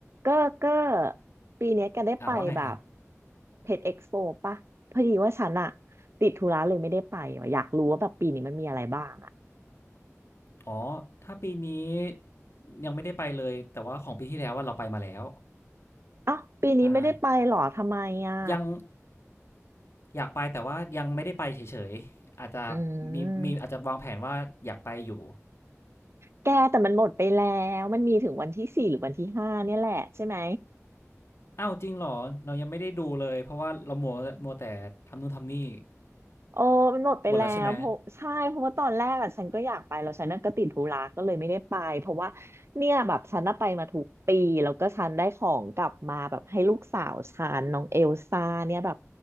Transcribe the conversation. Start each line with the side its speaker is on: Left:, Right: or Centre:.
Right: ก็ก็ปีเนี้ยแกได้ไปแบบ
Left: อ่ะว่าไงครับ
Right: เพจเอ็กซ์โปปะพอดีว่าฉันอะติดธุระเลยไม่ได้ไปว่ะอยากรู้ว่าแบบปีนี้มันมีอะไรบ้างอะ
Left: อ๋อถ้าปีนี้ยังไม่ได้ไปเลยแต่ว่าของปีที่แล้วว่าเราไปมาแล้ว
Right: เอ้าปีนี้ไม่ได้ไปหรอทำไมอะ
Left: ใช่ยังอยากไปแต่ว่ายังไม่ได้ไปเฉยๆอาจจะ
Right: อื
Left: มีมีอาจจะวางแผนว่าอยากไปอยู่
Right: มแกแต่มันหมดไปแล้วมันมีถึงวันที่สี่หรือวันที่ห้าเนี่ยแหละใช่ไหม
Left: อ้าวจริงเหรอเรายังไม่ได้ดูเลยเพราะว่าเรามัวมัวแต่ทำนู่นทำนี่
Right: เออมันหมดไปแล้วเพราะใช่เพราะว่าตอนแรกอ่ะฉันก็อยากไปแล้วฉันน่ะก็ติดธุระก็เลยไม่ได้ไปเพราะว่า
Left: หมดแล้วใช่ไหม
Right: เนี่ยแบบฉันน่ะไปมาถูกปีแล้วก็ฉันได้ของกลับมาแบบให้ลูกสาวฉันน้องเอลซ่าเนี่ยแบบ